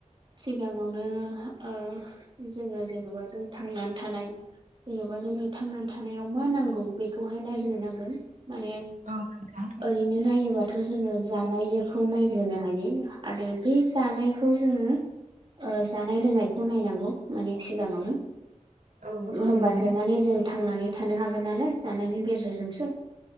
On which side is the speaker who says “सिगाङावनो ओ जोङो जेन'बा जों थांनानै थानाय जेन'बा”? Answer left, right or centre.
Right